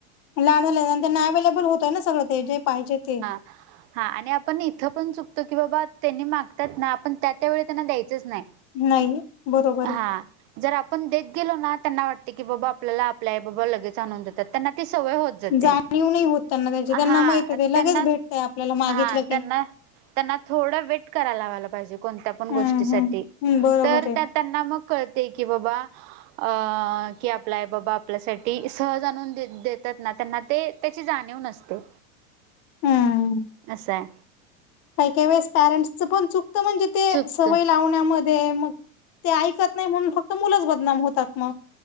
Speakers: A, on the left (about 35°); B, on the right (about 35°).
A: लाड झाल्यात आणि त्यांना अवेलेबल होतंय ना सगळं ते जे पाहिजे ते.
B: <inaudible> हां आणि आपण इथं पण चुकतो की बाबा त्यांनी मागतात ना आपण त्या त्या वेळी त्यांना द्यायचंच नाही.
A: नाही बरोबर
B: हा
A: आहे.
B: जर आपण देत गेलो ना त्यांना वाटते की बाबा आपल्याला आपले आई बाबा लगेच आणून देतात, त्यांना ती सवय होत जाते
A: जाणीव नाही होत त्यांना त्याची त्यांना
B: हा
A: माहित आहे ते लगेच
B: त्यांना
A: भेटतंय आपल्याला मागितलं
B: हा त्यांना
A: की.
B: त्यांना थोडं वेट करायला लावायला पाहिजे कोणत्या पण
A: हम्म
B: गोष्टीसाठी
A: हम्म हम्म, बरोबर
B: तर
A: आहे
B: त्यात त्यांना मग कळते की बाबा अ की आपले आई बाबा आपल्यासाठी सहज आणून देत-देतात ना त्यांना ते त्याची जाणीव नसते
A: हम्म
B: असं आहे.
A: काही काही वेळेस पॅरेंट्सच पण चुकतं म्हणजे ते
B: चुकत
A: सवय लावण्याम ध्ये मग ते ऐकत नाही म्हणून फक्त मुलंच बदनाम होतात मग